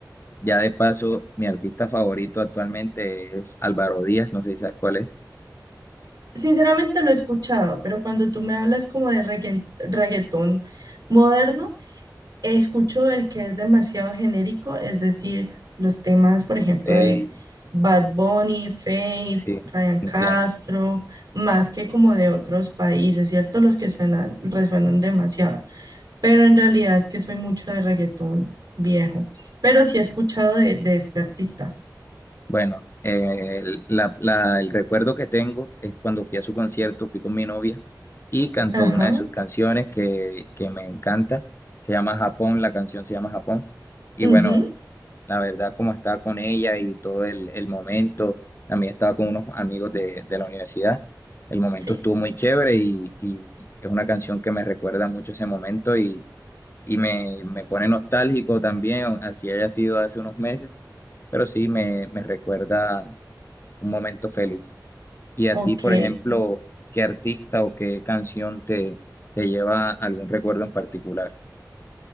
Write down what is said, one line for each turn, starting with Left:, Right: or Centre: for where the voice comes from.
Left: ya de paso, mi artista favorito actualmente es Álvaro Díaz, no sé si sabes cuál es.
Right: Sinceramente lo he escuchado, pero cuando tú me hablas como de regga- reggaetón moderno, Escucho el que es demasiado genérico, es decir, los temas, por ejemplo,
Left: Ey,
Right: de Bad Bunny, Fate,
Left: sí,
Right: Ryan
Left: entiendo.
Right: Castro, más que como de otros países, ¿cierto? Los que suenan, resuenan demasiado. Pero en realidad es que soy mucho de reggaetón viejo. Pero sí he escuchado de, de este artista.
Left: Bueno, eh, el, la- la- el recuerdo que tengo es cuando fui a su concierto, fui con mi novia y cantó
Right: Ajá.
Left: una de sus canciones que, que me encanta. Se llama Japón, la canción se llama Japón. Y
Right: ujú,
Left: bueno, la verdad, como estaba con ella y todo el, el momento, también estaba con unos amigos de, de la universidad. El momento
Right: sí.
Left: estuvo muy chévere y, y es una canción que me recuerda mucho ese momento y, y me, me pone nostálgico también, así haya sido hace unos meses pero sí me, me recuerda un momento feliz. Y a
Right: Ok.
Left: ti, por ejemplo, ¿qué artista o qué canción te, te lleva a algún recuerdo en particular?